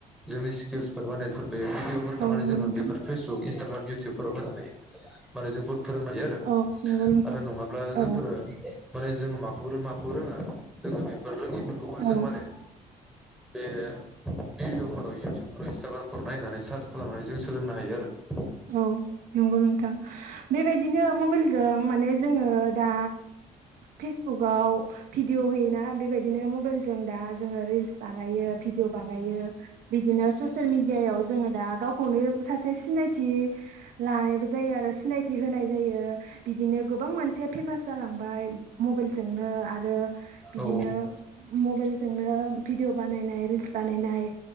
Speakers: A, in the centre; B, on the right (about 75°).
A: जोंनि स्किल्सफोर माने बे भिडिअफोरखौ
B: औ
A: माने
B: नंगौ
A: जोङो
B: नोंथां
A: बेफोर फेसबुक इन्सटाग्राम फोराव होनानै माने जोंखौ फोरोंनाय आरो
B: औ नंगौ नोंथां
A: आरो नङाब्ला
B: औ
A: जोंफोरो माने जों माखौ रोङो माखौ रोङा जोङो बेफोर रोङिफोरखौबो
B: औ
A: जों माने बे भिडिअ'फोराव इउटुब इन्स्टाग्रामफोराव नायनानै सार्च खालामनानै जों सोलोंनो हायो आरो
B: औ नंगौ नोंथां बेबायदिनो मबाइलजों माने जोङो दा फिस बुकाव भिदिअ होयोना बेबायदिनो मबाइल जों दा जोङो रिल्स बानायो भिडिअ बानायो बिदिनो ससियेल मिडियायाव जोङो दा गावखौनो सासे सिनाय थि लानायबो जायो आरो सिनायथि होनाय जायो बिदिनो गोबां मानसिया फेमास जालांबाय बाय मबाइलजोंनो आरो बिदिनो
A: औ
B: मबाइलजोंनो भिडिअ बानायनाय रिल्स बानायनाय